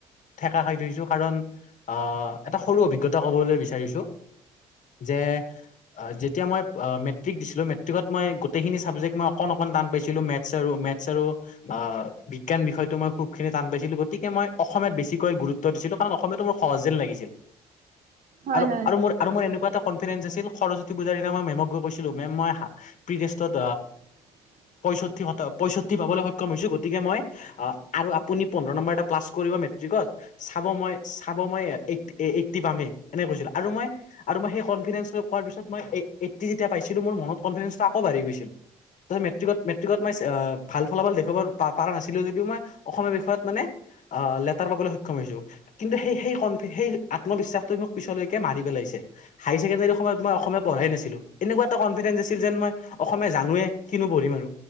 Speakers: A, on the left; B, on the right.
A: ঠেকা খাই থৈছো কাৰণ আহ এটা সৰু অভিজ্ঞতা ক'বলৈ বিচাৰিছো। যে যেতিয়া মই মেট্ৰিক দিছিলো মেট্ৰিকত মই গোটেইখিনি চাবজেক্ট মই অকন, অকন টান পাইছিলো। মেথছ আৰু মেথছ আৰু অ বিজ্ঞান বিষয়তটো মই খুব খিনি টান পাইছিলো গতিকে গতিকে মই অসমীয়াত বেছিকৈ গুৰুত্ব দিছিলোঁ কাৰণ অসমীয়াতো মোৰ সহজ যেন লাগিছিল।
B: হয়
A: আৰু,
B: হয়।
A: আৰু মোৰ আৰু মই এনেকুৱা এটা কনফিডেন্ঞ্চ আছিল সৰস্বতী পূজাৰ দিনা মই মেমক গৈ কৈছিলোঁ মেম মই প্ৰি টেষ্টত
B: অহ।
A: পয়ষষ্ঠি পয়ষষ্ঠি পাবলৈ সক্ষম হৈছো গতিকে মই আৰু আপুনি পোন্ধৰ নম্বৰ এটা প্লাছ কৰিব মেএট্ৰিক ত। মেট্ৰিক ত চাব মই এইটটি পাম এ। এনেকৈ কৈছিলো আৰু মই সেই কনফিডেঞ্চটো পোৱাৰ পিছত মই এইটটি যেতিয়া পাইচিলো মোৰ মনত কনফিডেঞ্চটো আকৌ বাঢ়ি গৈছিল। ত মেট্ৰিকত মেট্ৰিকত মই ভাল ফলাফল দেখুৱাব পাৰা নাছিলো যদিও মই অসমীয়া বিষয়ত মানে আহ লেটাৰ পাবলৈ সক্ষম হৈছো। কিন্তু সেই সেইন সেই আত্মবিশ্বাসটো মোক পিছলৈকে মাৰি পেলায় হাই ছেকেণ্ডাৰী সময়ত মই অসমীয়া পঢ়াই নাছিলো। এনেকুৱা এটা কনফিডেন্স আছিল যেন মই অসমীয়া জানোৱে কি নু পঢ়িম আৰু।